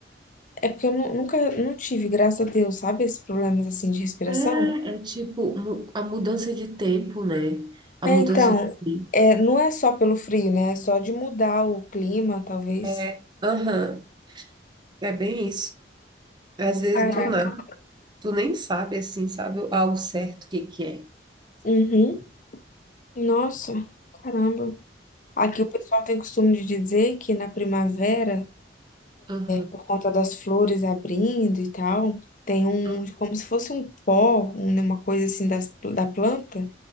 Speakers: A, on the left (about 45°); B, on the right (about 25°).
A: é porque eu nu- nunca não tive, graças a Deus, sabe? Esses problemas assim de respiração.
B: É, é tipo mu- a mudança de tempo, né? A
A: É,
B: mudança
A: então,
B: de tempo.
A: é, não é só pelo frio, né? É só de mudar o clima, talvez.
B: É, aham, é bem isso. Às vezes
A: Caraca.
B: do nada, tu nem sabe assim, sabe ao certo o que que é.
A: Uhum. Nossa, caramba. Aqui o pessoal tem costume de dizer que na primavera.
B: Aham,
A: por conta das flores abrindo e tal, tem um,
B: hum,
A: como se fosse um pó, um- né, uma coisa assim das, da planta,